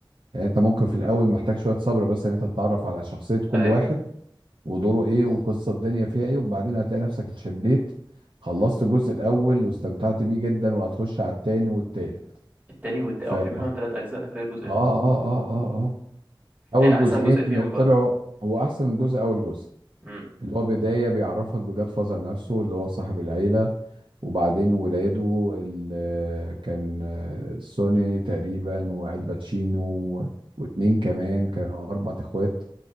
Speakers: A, on the right (about 70°); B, on the right (about 20°).
A: يعني انت ممكن في الاول محتاج شويه صبر بس ان انت تتعرف على شخصيه كل
B: ايوه
A: واحد
B: ايوه
A: ودوره ايه وقصه الدنيا فيها ايه وبعدين هتلاقي نفسك اتشديت خلصت الجزء الاول واستمتعت بيه جدا وهتخش على التاني والتالت
B: التاني والت...
A: ف
B: او
A: اه
B: في منهم ثلاث اجزاء انا فاكر جزئين
A: اه اه
B: بس
A: اه اه اول
B: ايه احسن
A: جزئين
B: جزء فيهم بقى
A: طلعوا هو احسن جزء اول جزء
B: امم
A: اللي هو بدايه بيعرفك بجاد فازر نفسه اللي هو صاحب العيله وبعدين ولاده اللي كان آه، سوني تقريبا والباتشينو واتنين كمان كانوا اربع اخوات